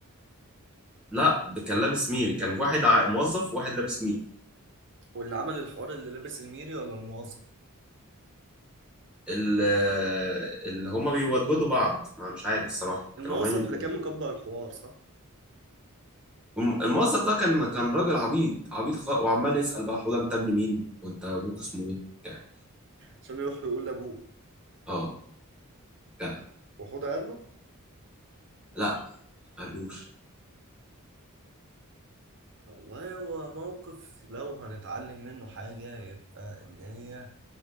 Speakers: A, in the centre; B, on the right.
A: لا ده كان لابس ميري كان واحد ع- موظف وواحد لابس ميري
B: واللي عمل الحوار اللي لابس الميري ولا الموظف
A: ال- اللي هما بيودودوا بعض ما مش عارف الصراحه
B: الموظف
A: كانوا عمالين يتكلموا.
B: اللي كان مكبر الحوار صح
A: الم- الموظف ده كان كان راجل عبيط عبيط خ... وعمال يسال بقى حوده انت ابن مين وانت ابوك اسمه ايه يعني،
B: عشان يروح يقول لابوه
A: اه جدع
B: وحوده قال له
A: لا قالوش
B: والله هو موقف لو هنتعلم منه حاجة يبقى إن هي